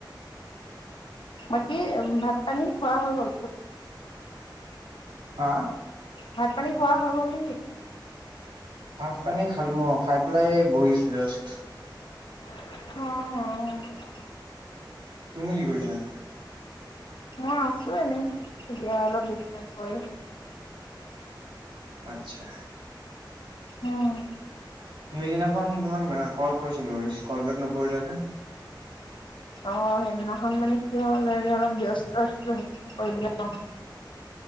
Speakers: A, on the left (about 85°); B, on the right (about 80°).
A: বাকী ভাত পানী খোৱা হৈ গল?
B: হা?
A: ভাত পানী খোৱা হৈ গ'ল নেকি?
B: ভাত পানী খালো অ, খাই পেলাই বহিছো জাষ্ট।
A: হ <inaudible>
B: তুমি কি কৰিছা?
A: মই আছো এনেই এতিয়া অলপ বিচনাত পৰি।
B: আচ্ছা।
A: উম।
B: সেইদিনাখন তোমাক ম কল কৰিছিলো তুমি কল বেক নকৰিলা যে?
A: অ সেইদিনাখন মানে কি হল হে অলপ ব্যস্ত আ কৰিবলে নহল।